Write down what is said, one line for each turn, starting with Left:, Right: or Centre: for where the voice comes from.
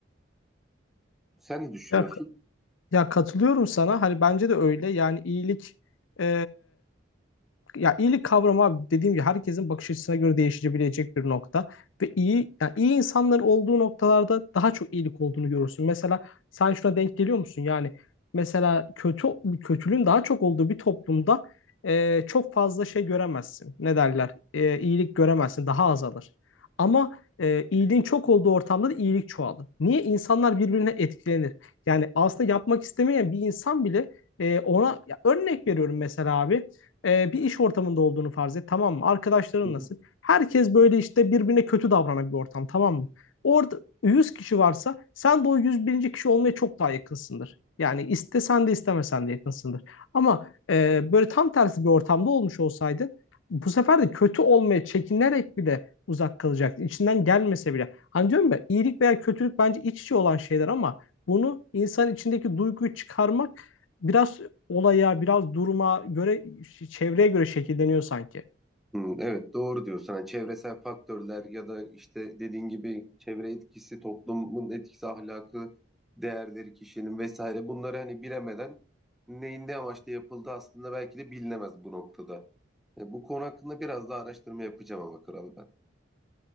Centre: Sen ne düşünüyorsun?
Left: Ya, ya katılıyorum sana. Hani bence de öyle. Yani iyilik e, Ya iyilik kavramı abi dediğim gibi herkesin bakış açısına göre değişebilecek bir nokta. Ve iyi yani iyi insanların olduğu noktalarda daha çok iyilik olduğunu görürsün. Mesela sen şuna denk geliyor musun? Yani mesela kötü kötülüğün daha çok olduğu bir toplumda e, çok fazla şey göremezsin. Ne derler? E, iyilik göremezsin. Daha azalır. Ama e, iyiliğin çok olduğu ortamda da iyilik çoğalır. Niye? İnsanlar birbirine etkilenir. Yani aslında yapmak istemeyen bir insan bile e, ona ya örnek veriyorum mesela abi. Ee, bir iş ortamında olduğunu farz et tamam mı? Arkadaşların
Centre: Hı.
Left: nasıl? Herkes böyle işte birbirine kötü davranan bir ortam tamam mı? Orada 100 kişi varsa sen de o 101. kişi olmaya çok daha yakınsındır. Yani istesen de istemesen de yakınsındır. Ama e, böyle tam tersi bir ortamda olmuş olsaydın bu sefer de kötü olmaya çekinerek bile uzak kalacaktın İçinden gelmese bile. Hani diyorum ya iyilik veya kötülük bence iç içe olan şeyler ama bunu insan içindeki duyguyu çıkarmak biraz olaya, biraz duruma göre, çevreye göre şekilleniyor sanki.
Centre: Hmm, evet doğru diyorsun. Hani çevresel faktörler ya da işte dediğin gibi çevre etkisi, toplumun etkisi, ahlakı, değerleri kişinin vesaire bunları hani bilemeden neyin ne amaçla yapıldığı aslında belki de bilinemez bu noktada. E, bu konu hakkında biraz daha araştırma yapacağım ama kral ben.